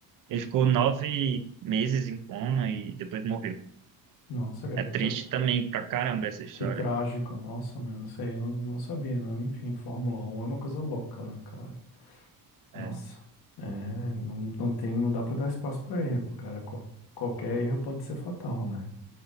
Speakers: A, on the right; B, on the left.
A: Ele ficou nove meses em coma e depois morreu.
B: Nossa, cara,
A: É
B: que,
A: triste
B: tra-
A: também pra caramba essa história.
B: que trágico. Nossa, meu, isso aí eu não, não sabia, não. Enfim, Fórmula Um é uma coisa louca, né, cara? Nossa,
A: É,
B: é, não, não tem, não dá pra dar espaço pra erro, cara. Qual- qualquer erro pode ser fatal, né?